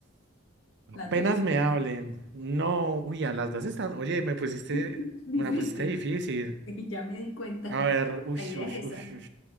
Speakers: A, on the right; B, on the left.
A: Apenas
B: Las dos.
A: me hablen. No, uy, a las dos están. Oye, me pusiste,
B: <laughs> Difícil.
A: una pusiste difícil.
B: Sí, ya me di cuenta.
A: A ver, uy,
B: La idea
A: uy,
B: es
A: uy,
B: esa.
A: uy.